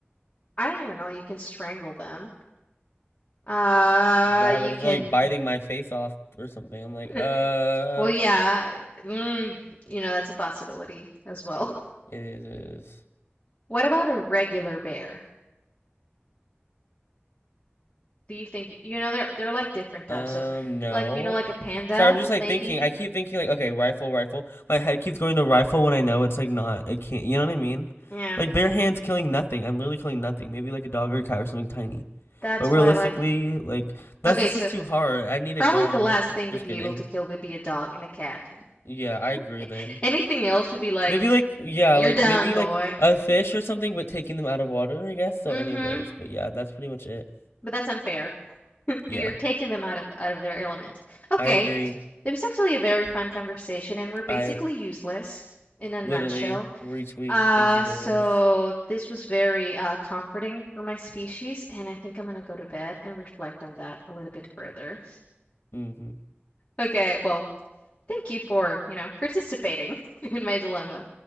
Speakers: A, on the left (about 30°); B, on the left (about 85°).
A: <laughs> I don't even know. You can strangle them. Uh,
B: Yeah,
A: you
B: but if
A: can.
B: they're like biting my face off or something, I'm like,
A: <laughs>
B: uh,
A: Well, yeah. Mm, you know, that's a possibility as well. <laughs>
B: it is.
A: What about a regular bear? do you think? You know, they're they're like different types.
B: Um,
A: So,
B: no.
A: like you know, like a panda,
B: Sorry, I'm just like
A: maybe.
B: thinking. I keep thinking like, okay, rifle, rifle. My head keeps going to rifle when I know it's like not. It can't. You know what I mean?
A: Yeah,
B: Like bare hands killing nothing. I'm literally killing nothing. Maybe like a dog or a cat or something tiny.
A: that's
B: But
A: why.
B: realistically,
A: Like,
B: like that's
A: okay,
B: this
A: so
B: is too hard. I need
A: probably
B: a gun.
A: the last thing
B: Just
A: we'd be
B: kidding.
A: able to kill would be a dog and a cat.
B: Yeah, I agree
A: <laughs>
B: then.
A: Anything else would be like,
B: Maybe like yeah,
A: you're
B: like
A: done,
B: maybe
A: boy.
B: like a fish or something, but taking them out of water, I guess. So
A: Mm-hmm.
B: any of those. But yeah, that's pretty much it.
A: But that's unfair. <laughs> 'cause
B: Yeah,
A: You're taking them out of out of their element. Okay,
B: I agree.
A: it was actually a very fun conversation, and we're basically
B: I
A: useless in a nutshell.
B: literally retweet.
A: Uh,
B: Thank you for
A: so
B: this.
A: this was very uh, comforting for my species, and I think I'm gonna go to bed and reflect on that a little bit further.
B: hmm
A: Okay, well, thank you for, you know, participating <laughs> in my dilemma.